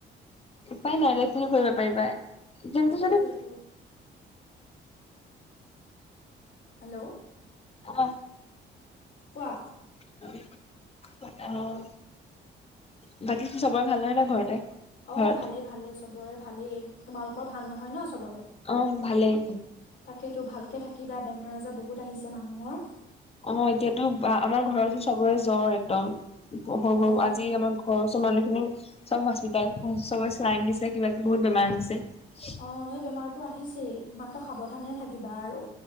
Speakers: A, on the left; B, on the left.
A: উপাই নাই কিনো কৰিব পাৰিবা কিন্তু
B: সেইটোৱেতো
A: যদি
B: হেল্ল'।
A: অ'।
B: কোৱা
A: অ' বাকী চবৰে ভাল হয় ন' ঘৰতে?
B: অ'
A: ঘৰত
B: ভালেই ভালে, চবৰে ভালেই। তোমালোকৰ ভাল নহয় ন'? চবৰে
A: অ' ভালেই।
B: তাকেতো ভালকে থাকিবা, বেমাৰ আজাৰ বহুত আহিছে মানুহৰ।
A: অ' এতিয়াতো বা আমাৰ ঘৰতো চবৰে জ্বৰ একদম, সৰু সৰু
B: অ
A: আজি আমাৰ ঘৰ ওচৰৰ মানুহখিনি চব হস্পিতাল, চবে চিলাইন দিছে, কিবা কিবি বহুত বেমাৰ আহিছে।
B: অ' এই বেমাৰটো আহিছেই, মাত্ৰ সাৱধানে থাকিবা আৰু।